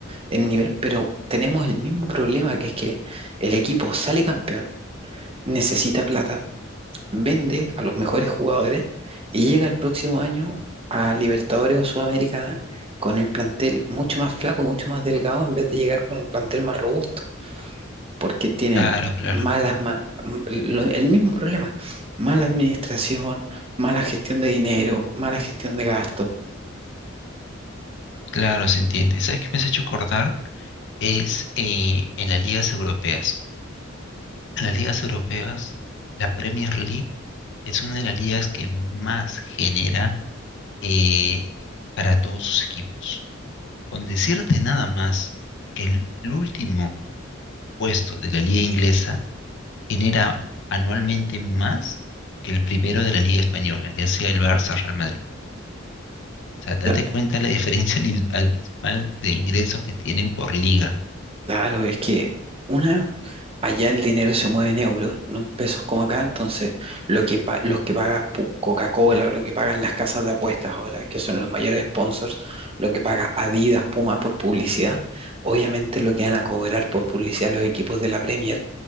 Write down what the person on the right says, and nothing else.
en nivel, pero tenemos el mismo problema, que es que el equipo sale campeón necesita plata, vende a los mejores jugadores y llega el próximo año a Libertadores o Sudamericana con el plantel mucho más flaco, mucho más delgado, en vez de llegar con el plantel más robusto, porque tienen
malas, ma- m- lo- el mismo problema, mala administración, mala gestión de dinero, mala gestión de gastos.
La-
claro, es que una Allá el dinero se mueve en euros, no en pesos como acá, entonces lo que pa- los que paga pu- Coca-Cola, lo que pagan las casas de apuestas ahora, que son los mayores sponsors, lo que paga Adidas, Puma por publicidad, obviamente lo que van a cobrar por publicidad los equipos de la Premier